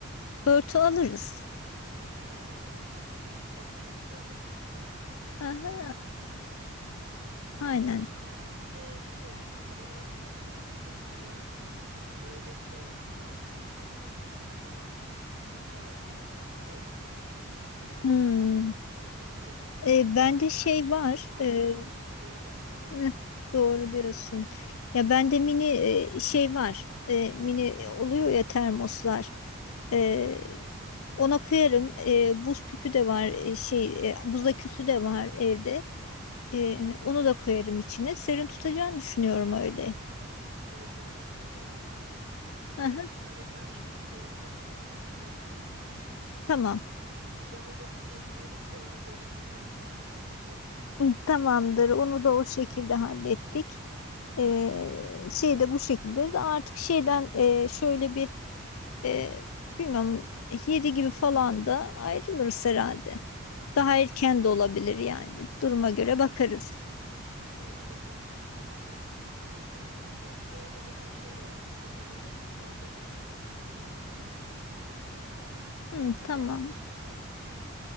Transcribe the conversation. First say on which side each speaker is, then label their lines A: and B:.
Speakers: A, on the left; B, on the right.
A: örtü alırız.
B: Aynen örtü alırız. Islak mendil de alırız ne olur ne olmaz.
A: Hı hı,
B: Belki biraz sileriz üstünü.
A: aynen.
B: Evet, bir de şey havalar biliyorsun artık çok sıcak. Böyle şey olsa aslında buzluk tarzında hani et bozulmasın diye.
A: Hmm.
B: Ama nasıl yapacağız?
A: E, bende şey var.
B: Allah
A: e,
B: korusun zehirlenme falan
A: eh,
B: olmasın sonra.
A: doğru diyorsun. Ya bende mini e, şey var. E, mini oluyor ya termoslar. E, ona koyarım. E, buz küpü de var. E, şey e, buz aküsü de var evde. E, onu da koyarım içine. Serin tutacağını düşünüyorum öyle.
B: Evet evet iyi olur ya. Her
A: Aha,
B: ihtimale karşı biz şey yapalım. Ne olur ne olmaz.
A: tamam.
B: Şimdi planı da biz yapıyoruz <laughs> sonra başımız yanmasın Hatice.
A: Hı, Tamamdır. Onu da o şekilde hallettik. E, şey de bu şekilde. Artık şeyden e, şöyle bir E, bilmiyorum 7 gibi falan da ayrılırız herhalde. Daha
B: Aynen
A: erken
B: aynen.
A: de olabilir yani. Duruma göre bakarız.
B: Evet bakarız hani nasıl gidiyor falan diye. Bir de orada zaten şey ya çöp alanı çok fazla var. Hiç böyle çöp torbası falan götürmemize gerek yok.
A: Hı,
B: O
A: tamam.
B: geldi şimdi aklıma.